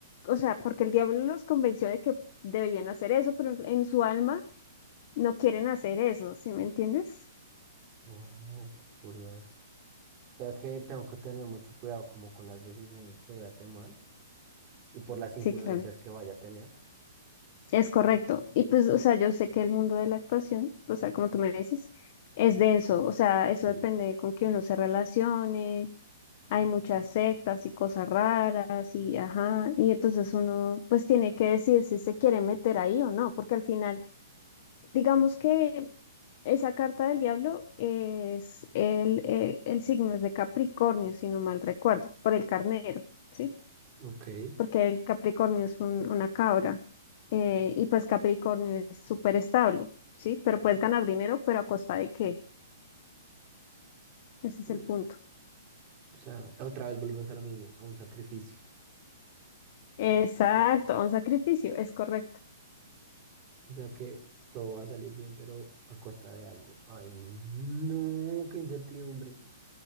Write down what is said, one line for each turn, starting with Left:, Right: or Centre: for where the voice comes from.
Left: o sea, porque el diablo los convenció de que deberían hacer eso, pero en su alma no quieren hacer eso, ¿sí me entiendes?
Right: Wow, qué curioso. O sea que tengo que tener mucho cuidado como con las decisiones que voy a tomar y por las
Left: Sí,
Right: influencias
Left: claro.
Right: que vaya a tener.
Left: Es correcto. Y pues, o sea, yo sé que el mundo de la actuación, o sea, como tú me dices, es denso. O sea, eso
Right: Sí.
Left: depende con quién uno se relacione. Hay muchas sectas y cosas raras y ajá. Y entonces uno pues tiene que decir si se quiere meter ahí o no, porque al final, digamos que esa carta del diablo es el, eh, el signo es de Capricornio, si no mal recuerdo, por el carnero, ¿sí?
Right: Ok,
Left: porque el Capricornio es un- una cabra eh, y pues Capricornio es súper estable, ¿sí? Pero puedes ganar dinero, pero ¿a costa de qué? Ese es
Right: Mm,
Left: el punto.
Right: o sea, otra vez volvemos a lo mismo, a un sacrificio.
Left: Exacto, a un sacrificio, es correcto.
Right: O sea que todo va a salir bien, pero a costa de algo. Ay, no, qué incertidumbre.